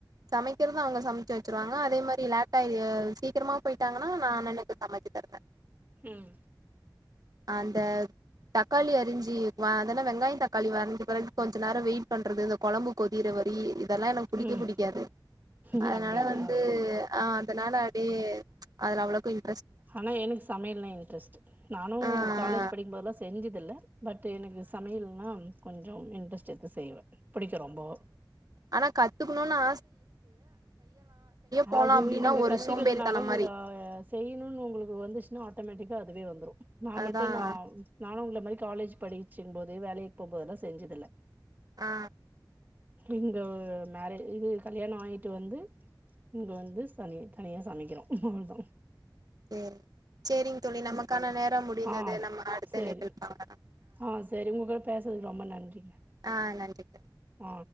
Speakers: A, on the right; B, on the right.
A: சமைக்கிறது அவங்க சமச்சு வெச்சுருவாங்க அதே மாரி லேட்டா எ சீக்கரமா போயிட்டாங்கன்னா நா அண்ணனுக்கு சமச்சு தருவ
B: ம்
A: அந்த தக்காளி அருஞ்சு வா அதென்ன வெங்காயோ தக்காளி வதங்குன பெறகு கொஞ்ச நேரோ வெயிட் பண்றது இந்த கொழம்பு கொதிற வரி இருக் அதெல்லா எனக்கு புடிக்கவே
B: ம்
A: புடிக்காது
B: ம்
A: அதனால
B: அப்டிங்களா
A: வந்து அ தனால அப்டியே அதுல அவ்ளக்கா யு
B: ஆனா எனக்கு சமயல்னா இன்ட்ரெஸ்ட்டு நானு
A: ம்
B: காலேஜ் படிக்கும்போதெலா செஞ்சதுல்ல பட் எனக்கு சமயல்னா கொஞ்சொ இன்ட்ரெஸ்ட் எடுத்து செய்வே புடிக்கு ரொம்போ
A: ஆனா கத்துக்கணுன் ஆ போலாம்
B: அது
A: அப்படின்னா
B: நீங்க
A: ஒரு
B: கத்துக்கல்னாலு
A: சோம்பேறித்தனம் மாரி
B: நீங்க செய்யனுன் ஒங்களுக்கு வந்துச்சுனா அ ட்டமேட்டிக்காக அதுவே வந்துரு நா
A: அதான்
B: மட்டுந்தா நானு உங்கள மாரி காலேஜ் படிச்சும்போது வேலைக் போம்போதல்லா செஞ்சதில்ல
A: ஆ
B: இங்க மேரே இது கல்யாண ஆயிட்டு வந்து இங்க வந்து சனி தனியா சமைக்கிறே அவள்தா
A: பி சேரிங் தோழி நமக்கான நேரம் முடிந்தது
B: ஆ
A: நம்ம அடுத்த
B: சேரி
A: இணைப்பில் பாக்கலா
B: ஆ சரி உங்ககூட பேசுனது ரொம்ப நன்றிங்க
A: ஆ நன்றி தோழி
B: ஆ